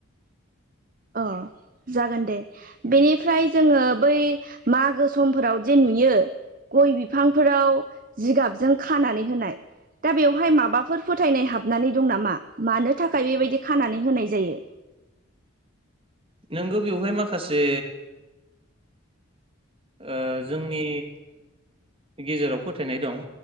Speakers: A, on the right; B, on the right.
A: अ जागोन दे बेनिफ्राय जोङो बै मागो समफोराव जे नुयो गय बिफांफोराव जिगाबजों खानानै होनाय दा बेवहाय माबाफोर फोथायनाय हाबनानै दं नामा मानो थाखाय बेबायदि खानानै होनाय जायो
B: नोंगौ बेवहाय माखासे ओ जोंनि गेजेराव फोथायनाय दं